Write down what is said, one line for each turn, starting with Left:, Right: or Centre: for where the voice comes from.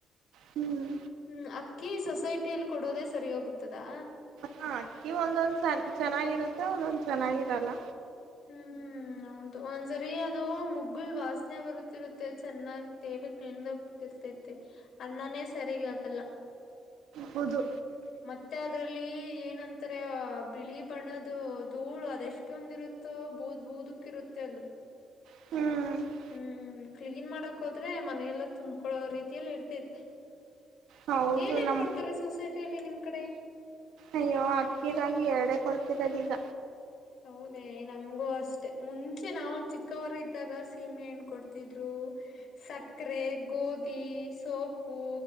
Right: ಹ್ಮ್
Left: ಹ್ಮ ಕಿ ಸೊಸೈಟಿಯಲ್ಲಿ ಕೊಡೋದೇ ಸರಿಯೋಗುತ್ತದಾ
Right: ಹಾ ಅಕ್ಕಿ ಒಂದೊಂದ್ ಸನ್ ಚೆನ್ನಾಗಿರುತ್ತೆ ಒಂದೊಂದ್ ಚೆನ್ನಾಗಿರಲ್ಲ
Left: ಹ್ಮ್ ಹ್ಮ್ ನಮ್ದು ಒಂದ್ಸರಿ ಅದು ಮುಗ್ಗುಲ್ ವಾಸನೆ ಬರುತ್ತಿರುತ್ತೆ ಚೆನ್ನಾಗ ತೇಬೇಕಕ್ ನಿನ್ದ ರ್ತೈತೆೆ ಅಣ್ಣನೇ ಸರಿಗ ಆಗಲ್ಲ
Right: ಹೌದು
Left: ಮತ್ತೆ ಅದ್ರಲ್ಲಿ ಏನಂತಾರೆ ಬಿಳಿ ಬಣ್ಣದು ಧೂಳು ಅದೆಷ್ಟೊಂದಿರುತ್ತೆ ಬೌದ್ ಬೂದಕ್ಕ ಇರುತ್ತೆ ಅಲ್
Right: ಹ್ಮ್
Left: ಹ್ಮ್ ಕ್ಲೀನ್ ಮಾಡಕ್ ಹೋದ್ರೆ ಮನೆಯೆಲ್ಲಾ ತುಂಬ್ಕೊಳೋ ರೀತಿಯಲ್ಲಿ ಇರ್ತೇತೆ
Right: ಹೌದು
Left: ಏನ್ ಏನ್
Right: ನಮ್
Left: ಕೊಡ್ತಾರೆ ಸೊಸೈಟಿಯಲ್ಲಿ ನಿಮ್ ಕಡೆ
Right: ಅಯ್ಯೋ ಅಕ್ಕಿ ರಾಗಿ ಎರಡೆೇ ಕೊಡ್ತರದ ಈಗ
Left: ಹೌದೇ ನಮಗೂ ಅಷ್ಟೆ ಮುಂಚೆ ನಾವು ಚಿಕ್ಕವರ ಇದ್ದಾಗ ಸೀಮೆ ಹೆ್ಣ್ ಕೊಡ್ತಿದ್ರು ಸಕ್ಕರೆ ಗೋಧಿ ಸೋಪು